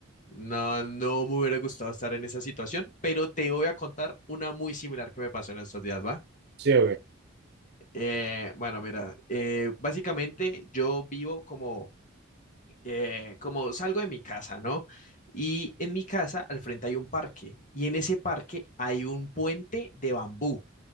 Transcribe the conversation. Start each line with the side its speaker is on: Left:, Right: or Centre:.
Left: no, no me hubiera gustado estar en esa situación, pero te voy a contar una muy similar que me pasó en estos días, ¿va?
Right: sí o qué.
Left: Eh, bueno, mira, eh, básicamente yo vivo como eh, como salgo de mi casa, ¿no? Y en mi casa al frente hay un parque y en ese parque hay un puente de bambú